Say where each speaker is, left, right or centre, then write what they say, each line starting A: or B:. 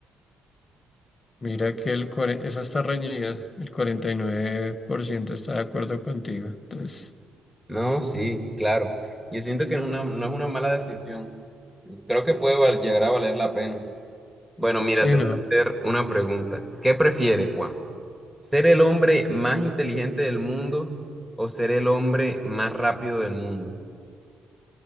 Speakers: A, on the left; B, in the centre.
A: Mira que el, cuare- esa está reñida, el 49% está de acuerdo contigo. Entonces,
B: No, sí, claro. Yo siento que es una, no es una mala decisión. Creo que puede val- llegar a valer la pena. Bueno, mira,
A: sí,
B: te
A: no,
B: voy a hacer una pregunta. ¿Qué prefieres, Juan? ¿Ser el hombre más inteligente del mundo o ser el hombre más rápido del mundo?